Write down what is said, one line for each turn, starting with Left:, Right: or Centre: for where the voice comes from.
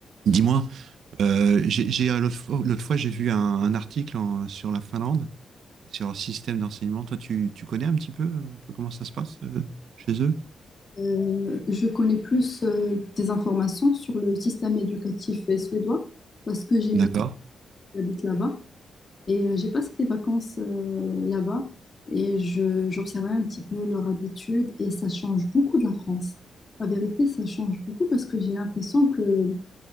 Right: Dis-moi, euh, j'ai, j'ai, euh, l'autre fois, l'autre fois, j'ai vu un, un article en- sur la Finlande, sur leur système d'enseignement. Toi, tu, tu connais un petit peu, euh, un peu comment ça se passe euh, chez eux?
Left: Euh, je connais plus euh, des informations sur le système éducatif euh, suédois parce que j'ai mes
Right: D'accord,
Left: parents qui habitent là-bas et euh, j'ai passé des vacances euh, là-bas et je, j'observais un petit peu leur habitude et ça change beaucoup de la France. La vérité, ça change beaucoup parce que j'ai l'impression que